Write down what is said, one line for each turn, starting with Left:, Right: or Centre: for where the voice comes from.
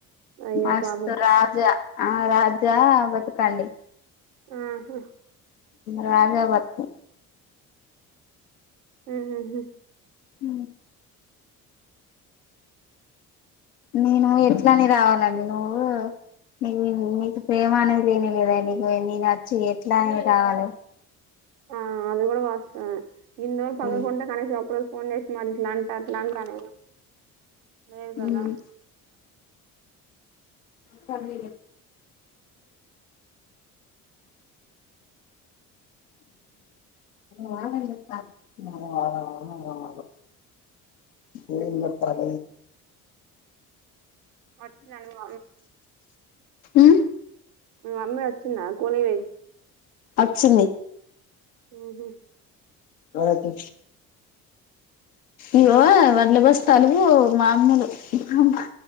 Right: అయ్యో
Left: మస్తు
Right: పాపం
Left: రాజా ఆ రాజా బతుకండి
Right: ఆహా
Left: రాజా బతుకు
Right: ఆమ్మ్మ్
Left: హ నేను ఎట్లాని రావాలండి నువ్వు నీకు నీకు ప్రేమ అనేది లేని లేదా నీకు నీ నర్చ్చి ఎట్లా అనే కావాలి
Right: ఆ అది కూడా వాస ఇ వాళ పదం
Left: ఉమ్
Right: కొంట కనసి సపడ పోండష్ మరి ఇట్లా అంట అట్లా అంట లేదు కదా
Left: ఉమ్ సీ వా వా వా పో కాల
Right: వచ్చ నను బ
Left: ఉమ్
Right: మమ్మ అచ్చన్న కోలేవ
Left: అచ్చంది
Right: హ
Left: అతే ఇవో వడ్ల బస్ తలుగు మామూలు మామ్మ